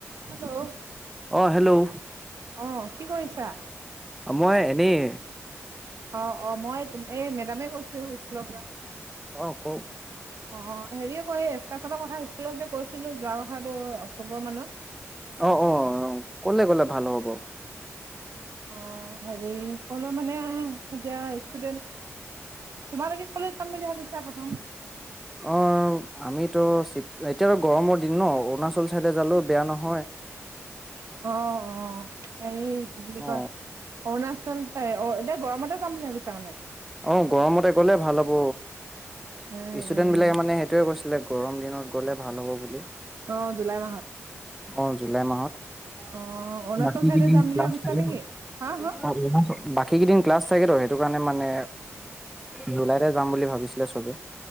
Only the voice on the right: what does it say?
Hello,
অ'কি কৰিছা?
অ', অ', মই এই মেডামে কৈছোঁ স্কুলৰ পৰা।
অ হেৰি কৈয়েই এক্কাচনৰ কথা স্কুলত যে কৈছিলো যোৱা কথাটো অক্টোবৰ মানত।
অ' হেৰি ক'লৈ মানে এতিয়া ষ্টুডেন্ট, তোমাৰলৈকে ক'লৈ যাম বুলি ভাবিছা প্ৰথম।
অ', অ', এই কি বুলি
কয় অৰুণাচল? অ'এতিয়া গৰমতে যাম বুলি ভাবিছা মানে?
উম
উম
অ জুলাই মাহত
অ অৰুণাচল
চাইডে
যাম বুলি
ভাবিছা
নেকি হা
হা